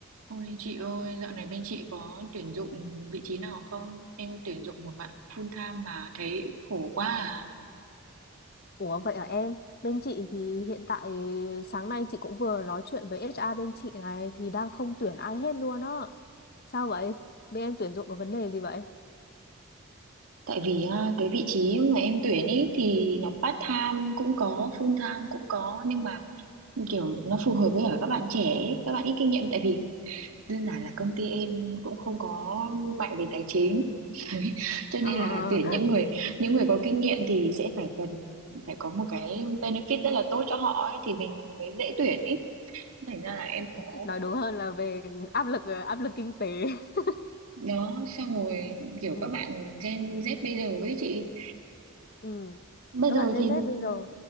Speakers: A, on the right; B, on the left.
A: Ôi chị ơi, dạo này bên chị có tuyển dụng vị trí nào không? Em tuyển dụng một bạn full time mà thấy khổ quá à.
B: Ủa vậy à em? Bên chị thì hiện tại sáng nay chị cũng vừa nói chuyện với HR bên chị này thì đang không tuyển ai hết luôn á. Sao vậy? Bên em tuyển dụng có vấn đề gì vậy?
A: Tại vì à, cái vị trí mà em tuyển ý thì nó part time cũng có, full time cũng có nhưng mà kiểu nó phù hợp với ở các bạn trẻ, ấy, các bạn ít kinh nghiệm tại vì đơn giản là công ty em cũng không có mạnh về tài chính. <laughs> Cho
B: Ờ,
A: nên là tuyển những người những người có kinh nghiệm thì sẽ phải cần phải có một cái benefit rất là tốt cho họ ấy, thì mình mới dễ tuyển ý. thành ra là em
B: <laughs>
A: khó
B: nói
A: quá
B: đúng hơn là về áp lực áp lực kinh tế. <laughs>
A: đó xong rồi kiểu
B: Ừ,
A: các bạn Gen Z bây giờ ấy chị
B: ừ,
A: bây
B: các
A: giờ
B: bạn Gen
A: thì
B: Z bây giờ